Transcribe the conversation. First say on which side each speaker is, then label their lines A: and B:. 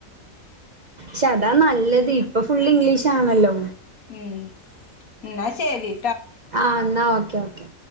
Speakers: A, on the right; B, on the left.
A: ഷാ അതാ നല്ലത്. ഇപ്പൊ ഫുള്ള് ഇംഗ്ലീഷാണല്ലോ.
B: ഉം ന്നാ ശെരി.
A: ആഹ് ന്നാ ഓക്കെ ഓക്കെ.